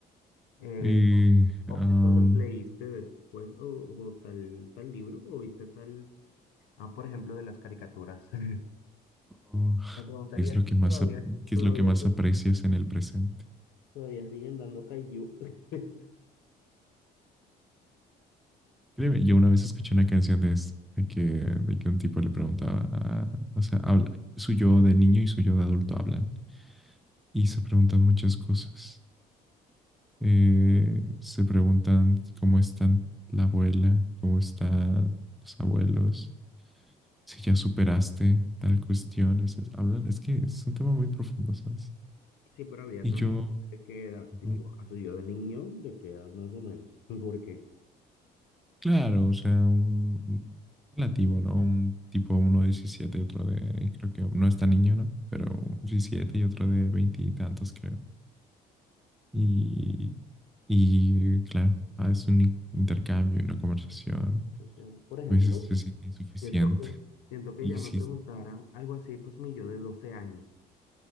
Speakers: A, on the left (about 85°); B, in the centre.
A: Eh,
B: Y,
A: ¿o
B: um,
A: qué cosas leíste después? ¿O, o tal, tal libro? ¿O viste tal... Ah, por ejemplo, de las caricaturas. <laughs>
B: oh,
A: Me preguntaría
B: ¿qué, es
A: si
B: lo que
A: todavía,
B: más, ¿qué
A: todavía,
B: es lo que más aprecias en el presente?
A: todavía siguen dando Kaiju. <laughs>
B: Créeme, yo una vez escuché una canción de esto, de que, de que un tipo le preguntaba, a, o sea, habla, su yo de niño y su yo de adulto hablan y se preguntan muchas cosas. Eh, se preguntan cómo están la abuela, cómo están los abuelos, si ya superaste tal cuestión. Es, es- hablan- es que es un tema muy profundo, ¿sabes?
A: Sí, pero había
B: Y
A: también
B: yo,
A: de qué edad,
B: ujú,
A: tipo, a su yo de niño, de qué edad más o menos. <laughs> ¿Por qué?
B: claro, o sea, un, un relativo, ¿no? Un tipo, uno de 17, otro de, creo que no es tan niño, ¿no? Pero 17 y otro de 20 y tantos, creo. Y, y claro, ah, es un in- intercambio, una conversación que
A: Porque, Por ejemplo,
B: a veces se siente insuficiente.
A: siento que, siento que
B: Y
A: ya me
B: si
A: preguntaran algo así, pues mi yo de 12 años.